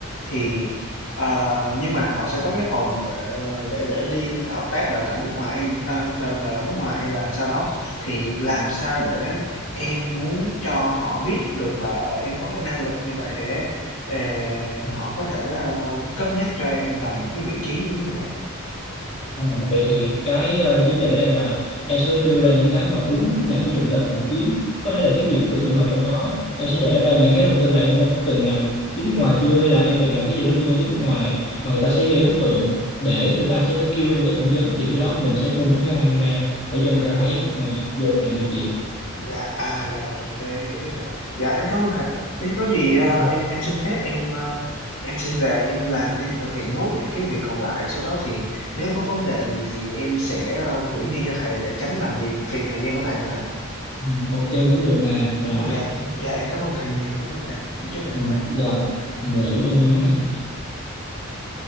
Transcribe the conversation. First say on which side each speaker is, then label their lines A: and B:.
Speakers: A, on the left; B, on the left.
A: thì ờ, nhưng mà họ sẽ có cái phòng, ờ, để để đi hợp tác đào tạo nước ngoài hay à, đào đào tạo nước ngoài hay là sau đó, thì làm sao để em muốn cho họ biết được là, ờ, em có cái năng lực như vậy để, ờ,
B: Ừ.
A: họ có thể, ờ, cất nhắc cho em vào những cái vị trí giống như vậy?
B: à, vậy thì cái ờ, vấn đề ở đây là em sẽ đưa ra những cái mà đúng nhà tuyển dụng ta tìm kiếm có thể là tiếng Việt
A: Dạ,
B: cũng được nhưng mà trong đó em sẽ để ra những cái thông tin là em đã từng làm với nước ngoài chưa hay là em từng làm cái gì đó liên quan tới nước ngoài mà người ta sẽ gây ấn tượng để người ta sẽ phải kêu em tới phỏng vấn thì khi đó mình sẽ bung hết khả năng ra để cho người
A: à.
B: ta thấy mà vô nhận được việc
A: Dạ, à, dạ rồi, ok em hiểu ý thầy. Dạ, em cảm ơn thầy. nếu có gì, a,
B: Ừ,
A: em em xin phép em, a, em sẽ về em làm, em thực hiện nốt những cái việc còn lại, sau đó thì nếu có vấn đề gì thì em sẽ, a, gửi mail cho thầy để tránh làm phiền phiền thời gian của thầy nha thầy.
B: ừ, ok cũng được nè rồi
A: Dạ, dạ em cảm ơn thầy nhiều, cảm ơn thầy. Chúc thầy
B: ừ,
A: sức khỏe.
B: rồi
A: Dạ.
B: rồi chúc em may mắn này